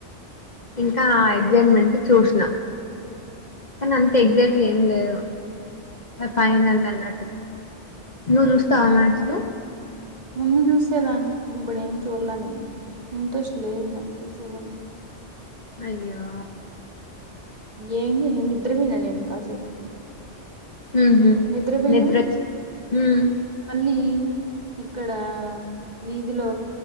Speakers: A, on the left; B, on the right.
A: ఇంకా ఎగ్జైట్మెంట్
B: ఉమ్,
A: కి చూసినా కానీ అంతేం ఎగ్జైట్ ఏం లేదు ఫైనల్ అన్నట్టు. నువ్వు చూస్తావా
B: చూస్తా
A: మ్యాచ్ లు
B: ముందు చూసే దాన్ని. ఇప్పుడు ఏం చూడాలే నేను ఇంట్రెస్ట్ లేదు. నాకు చూసేదానికి.
A: అయ్యో
B: ఏం చేయాలి నిద్రపోయిన నేను కాసేపు.
A: ఉమ్మ్
B: నిద్రపోయినా
A: నిద్రచ్చి ఉమ్
B: మళ్ళీ ఇక్కడ వీధిలో